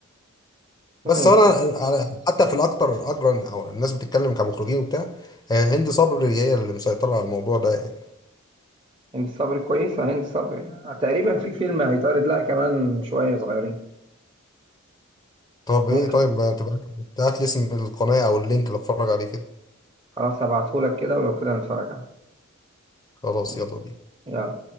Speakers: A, on the right (about 25°); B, on the left (about 20°).
A: تمام
B: بس أنا على حتى في الأكتر أجرا أو الناس بتتكلم كمخرجين وبتاع هي هند صبري هي اللي مسيطرة على الموضوع ده يعني
A: هند صبري كويسة هند صبري تقريبا في فيلم هيتعرض لها كمان شوية صغيرين
B: طب
A: ممكن
B: إيه طيب ما تبعت تبعت لي اسم القناة أو اللينك اللي أتفرج عليه كده
A: خلاص هبعتهولك كده ولو كده نتفرج عليه
B: خلاص
A: ماشي
B: يلا بينا
A: يلا